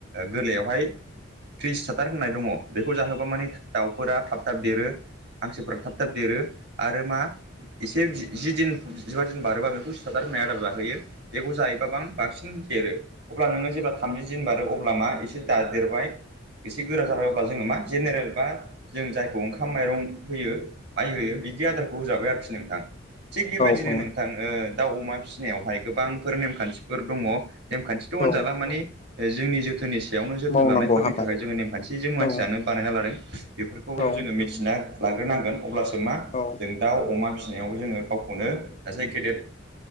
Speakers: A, on the right (about 55°); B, on the left (about 35°).
A: गोरलैयावहाय थ्रिस थाथार होननाय दङ बेखौ जाहोबा माने दावउफोरा थाब थाब देरो। हांसोफोरा थाब थाब देरो आरो मा एसे जिदिन जिबा दिन बारोबा बेखौ सिदार होनाय आदार जाहोयो बेखौ जायोबा बां बांसिन देरो। अब्ला नोंङो जेब्ला थामजि दिन बारो अब्ला मा एसे दादेरबाय एसे गोरा जाबाय अबा जोङो मा जेनेरेल बा जों जायखौ ओंखाम माइरं होयो। माइ होयो बिदि आदारखौ होजाबाय आरोखि नोंथां थिग बेबायदिनो
B: औ
A: नों थां दाउ अमा फिसिनायावहाय गोबांफोर नेमखान्थिफोर दंङो नेमखान्थिथ'
B: औ
A: होनजाला माने जोंनि जोथोननि सायावनो जोथोन
B: मावनांगौ
A: लानायफोरनि
B: हाबा
A: थाखाय जोंङो नेमखान्थिजों मानसियानो
B: औ
A: बानायना लादों। बेफोरखौ
B: औ
A: जोंङो मिथिना लाग्रोनांगोन अब्लासो मा
B: औ
A: जों दाउ अमा फि जोङो गावखौनो सासे गेदेद